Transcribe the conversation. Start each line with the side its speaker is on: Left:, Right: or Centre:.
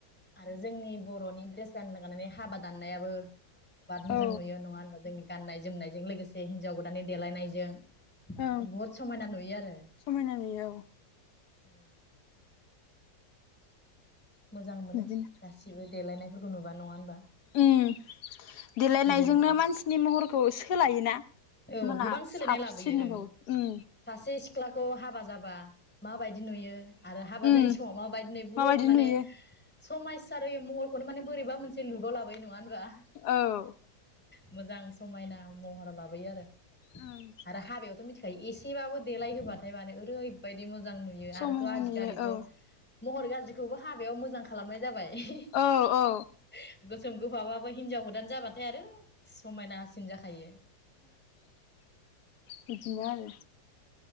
Centre: आरो जोंनि बर'नि ड्रेस गाननो गनानै हाबा दाननायाबो बा मोजां
Left: औ
Centre: नुयो नङा होनबा जोंनि गाननाय जोमनायजों लोगोसे हिन्जाव गोदाननि देलायनायजों
Left: ओं
Centre: बहुद समायना नुयो आरो।
Left: समायना नुयो औ
Centre: औ मोजां मोनो
Left: बिदिनो
Centre: गासिबो। देलायनायफोरखौ नुबा नङा होनबा
Left: उम देलायनायजोंनो
Centre: गोदोनिफ्राय
Left: मानसिनि महरखौ सोलायोना
Centre: औ
Left: माना
Centre: गोबां सोलायनाय
Left: साबसिनबावो
Centre: लाबोयो ओं
Left: उम
Centre: सासे सिख्लाखौ हाबा जाबा बा माबायदि नुयो आरो हाबा
Left: उम
Centre: जायै समाव माबायदिनोै बुहुत
Left: माबायदि
Centre: माने
Left: नुयो
Centre: समायसारि महरखौनो माने बोरैबा मोनसे लुगाव लाबोयो नङा होनबा
Left: औ
Centre: मोजां समायना महर ला बोयो आरो
Left: उम
Centre: आरो हाबयावथ' मि ओमफ्राय एसेबाबो देलाय होबाथाय मानो ओरैबायाददि मोजां मोजां नुयो
Left: समायना
Centre: आरोथ' आजिखालिथ
Left: नुयो औ
Centre: महर गाज्रिखौबो हाबायाव मोजां खालामनाय जाबाय। <unintelligible>
Left: औ औ
Centre: गोसोम गोफाबा बो हिनजाव गोदान जाबाथाय आरो समायनासिन जाखायो।
Left: बिदिनो आरो।